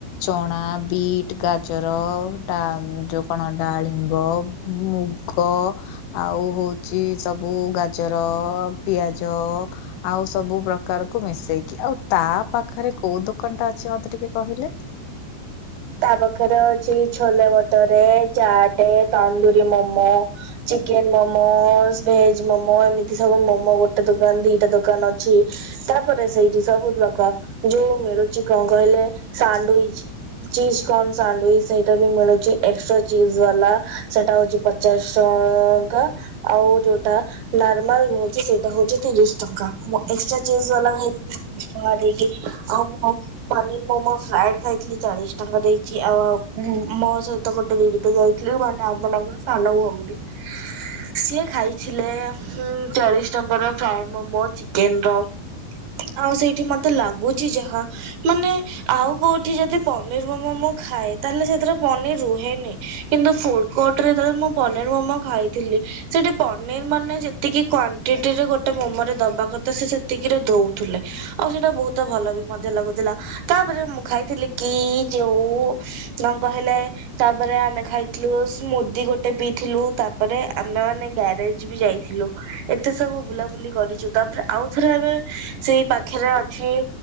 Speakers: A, on the left (about 85°); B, on the right (about 70°).
A: ଚଣା, ବିଟ୍, ଗାଜରା, ଡ଼ା ଯୋଉ କଣ ଡାଳିମ୍ବ ମୁଗ୍ ଗ ଆଉ ହଉଛି ସବୁ ଗାଜର, ପିଆଜ ଆଉ ସବୁ ପ୍ରକାରକୁ ମିଶେଇକି ଆଉ ତା ପାଖରେ କୋଉ ଦୋକାନଟା ଅଛି ମତେ ଟିକେ କହିଲେ
B: ତା ପାଖରେ ଅଛି ଛୋଲେ ଭଟୋରେ, ଚାଟେ ତନ୍ଦୁରୀ ମୋମୋ ଚିକେନ ମୋମୋସ, ଭେଜ ମୋମୋ ଏମିତି ସବୁ ମୋମୋ ଗୋଟେ ଦୋକାନ ଦିଟା ଦୋକାନ ଅଛି। ତାପରେ ସେଇଠି ସବୁ ଲୋକ ଯୋଉ ମିଳୁଛି କଣ କହିଲେ ସାଣ୍ଡଉଇଚ ଚିଜ କଣ ସାଣ୍ଡୁଇଚ ସେଇଟା ବି ମିଳୁଛି ଏକ୍ସଟ୍ରା ଚିଜ ବାଲା ସେଟା ହଉଛି ପଚ୍ ଚାଶ ଟଙ୍କା ଆଉ ଯୋଉଟା ନର୍ମାଲ ହଉଛି ସେଇଟା ହଉଛି ତିରିଶ ଟଙ୍କା ମୁଁ ଏକ୍ସଟ୍ରା ଚିଜ୍ ବାଲା ଖାଇଥିଲି। ଦଶ ଟଙ୍କା ଦେଇକି ଆଉ ମୁଁ ପନିର ମୋମୋ ଫ୍ରାଏଡ ଖାଇଥିଲି ଚାଳିଶ ଟଙ୍କା ଦେଇଚି। ଆଉ ଆଉ ମୋ ସହିତ ଗୋଟେ <unintelligible> ଯାଇଥିଲି ମାନେ <unintelligible> ସାନ ଭଉଣୀ ଟି ସିଏ ଖାଇଥିଲେ ଚାଳିଶ ଟଙ୍କାର ଫ୍ରାଏଡ ମୋମୋ। ଚିକେନ ର। ଆଉ ସେଇଠି ମତେ ଲାଗୁଛି ଯାହା ମାନେ ଆଉ କୋଉଠି ଯଦି ପନିର ମୋମୋ ମୁଁ ଖାଏ, ତାହେଲେ ସେଥିରେ ପନିର ରୁହେନି। କିନ୍ତୁ ଫୁଡ୍ କୋର୍ଟରେ ଯେତେବେଳେ ମୁଁ ପନିର ମୋମୋ ଖାଇଥିଲି ସେଠି ପନିର ମାନେ ଯେତିକି କ୍ୱାଣ୍ଟିଟି ରେ ଗୋଟେ ମୋମୋରେ ଦବା କଥା ସେ ସେତିକିରେ ଦଉଥିଲେ। ଆଉ ସେଇଟା ବହୁତ ଭଲ ବି ମଧ୍ୟ ଲାଗୁଥିଲା। ତାପରେ ମୁଁ ଖାଇଥିଲି କି ଯୋଉ କଣ କହିଲେ ତାପରେ ଆମେ ଖାଇଥିଲୁ ସ୍ମୁଦି ଗୋଟେ ପିଇଥିଲୁ। ତାପରେ ଆମେ ମାନେ ଗ୍ୟାରେଜ ବି ଯାଇଥିଲୁ। ଏତେ ସବୁ ବୁଲାବୁଲି କରିଚୁ। ତାପରେ ଆଉଥରେ ଆମେ ସେଇ ପାଖରେ ଅଛି